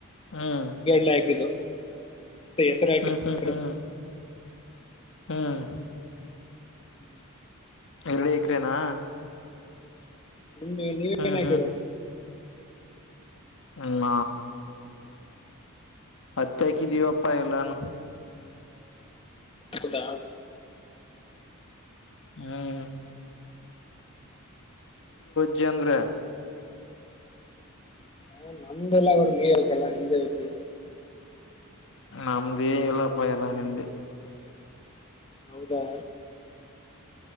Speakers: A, on the left; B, on the left.
A: ಹ್ಮ್
B: <unintelligible> ಮತ್ತೆ ಹೆಸರು ಹಾಕಿ
A: ಹ್ಮ್ ಹ್ಮ್
B: ಹೆಸರು
A: ಹ್ಮ್ ಹ್ಮ್
B: ಹ್ಮ್.
A: ಎರಡು ಎಕರೆನಾ
B: ನಿಮ ನೀವ
A: ಹ್ಮ್
B: ಏನ್ತೀರಾ
A: ಹ್ಮ ಅತ್ಯ ಕ ದವಪ್ಪ ಎಲ್ಲಾನ
B: ಹೌದ
A: ಹ್ಮ್ ಜಅಂದ್ರೆ
B: ಹಾ ನಮ್ದೆಲ್ಲ ಅವರು ನೀರ್ ಹೋಗತಲ್ಲಾ ನಿಮ್ದೇ ಹಿ
A: ನಮ್ದೇನ್ ಇಲ್ಲಪ್ಪ ಎಲ್ಲ ನಿಮ್ದೇ
B: ಹೌದಾ